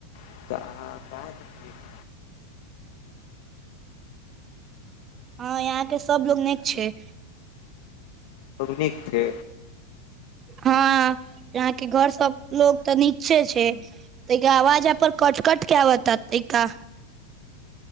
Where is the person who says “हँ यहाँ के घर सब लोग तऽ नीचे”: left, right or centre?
Right